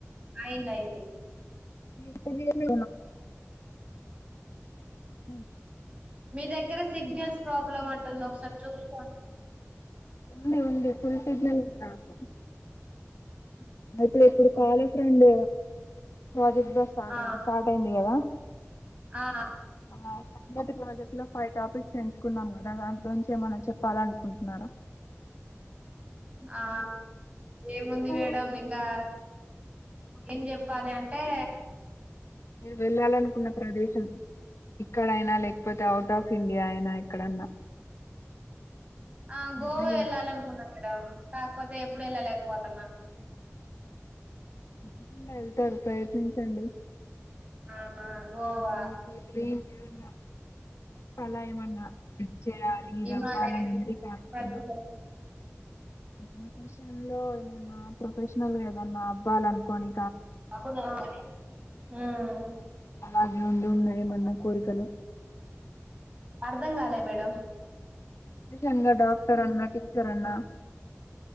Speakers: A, on the right; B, on the left.
A: అయింది అయింది
B: మీరు సింగిల్ గానే <inaudible> <inaudible>
A: మీ దగ్గర సిగ్నల్స్ ప్రాబ్లమ్ గా ఉంటుంది ఒకసారి చూసుకొండి
B: ఉంది ఉంది ఫుల్ సిగ్నల్ ఉంది నాకు
A: ఓకే
B: ఎప్పుడు ఎప్పుడు కాళీ ప్రెండ్ ప్రాజెక్ట్ లో స్టార్ట్
A: ఆ
B: స్టార్ట్ అయింది కదా
A: ఆ
B: ఆ సన్నాతి ప్రాజెక్ట్ లో ఫైవ్ టాపీక్స్ ఎంచుకున్నాం కదా ఇక దాంట్లో నుంచి ఏమన్నా చెప్పాలన అనుకుంటున్నారా
A: ఆ ఏముంది
B: ఊరు
A: మేడం ఇం ఇంకా ఏం చెప్పాలి అంటే
B: మీరు వెళ్ళాలనుకున్న ప్రదేశం ఇక్కడైనా లేకపోతే అవుట్ ఆఫ్ ఇండియా అయినా ఎక్కడన్నా
A: ఆ
B: మీ
A: గోవా
B: డ్రీమ్
A: ఎల్లలకున్నా మేడం కాకపోతే ఎప్పుడు వెళ్ళలేకపోతాన్న
B: తప్పకుండా వెళ్తారు ప్రయత్నించండి
A: ఆ గోవా
B: ఇ మీకు డ్రీం ఏదన్నా పలాయమన్నా ఇది చేయాలి ఇది
A: హిమాలయ
B: అవ్వాలని కాకపోయినా
A: ప్రదేశాలు
B: ప్రొఫెషన్ లో ఏమన్నా ప్రొఫెషనల్ ఏదన్నా అవ్వల అనుకోని
A: <unintelligible> ఊ ఊ
B: అలా ఉండి ఉన్నా ఏమన్నా కోరికలు
A: అర్ధం కాలే మేడం
B: ఇంగా డాక్టర్ అన్నా టీచర్ అన్నా